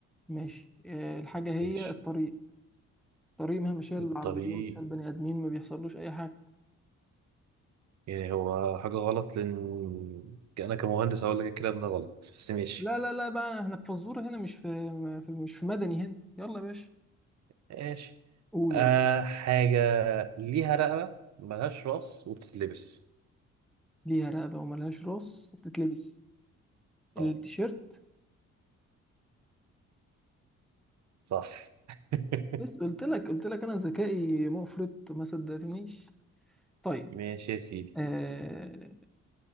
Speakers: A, in the centre; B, on the right.
A: ماشي آه، الحاجة هي
B: ماشي
A: الطريق الطريق مهما شال العربيات
B: الطريق
A: شال بني آدمين ما بيحصلوش أي حاجة
B: يعني هو حاجة غلط لأن أنا كمهندس هقول لك الكلام ده غلط بس ماشي
A: لا لا لا بقى احنا في فزورة هنا مش في م- في- مش في مدني هنا يلا يا باشا
B: ماشي
A: قول
B: آه
A: يلا
B: حاجة ليها رقبة ملهاش رأس وبتتلبس
A: ليها رقبة وملهاش راس وبتتلبس التيشيرت
B: اه صح <laughs>
A: بس قلت لك قلت لك أنا ذكائي مفرط ما صدقتنيش طيب
B: ماشي يا سيدي
A: آه